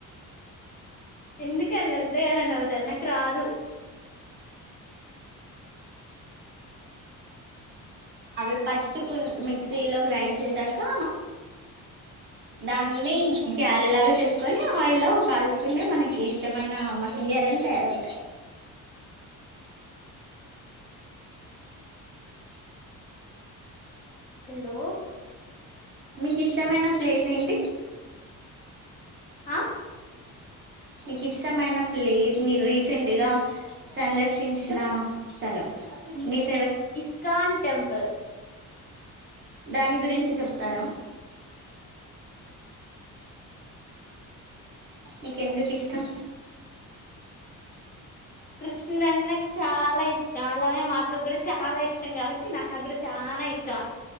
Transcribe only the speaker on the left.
ఎందుక అన్న ఎంతగానా నాకు రాదు
హలో
ఆ
ఇస్కన్ టెంపుల్
కృష్ణు రంే నాకు చాలా ఇష్టం అలాగే మా అక్క కూడా చాలా ఇష్టం కాబట్టి నా చాలా ఇష్టం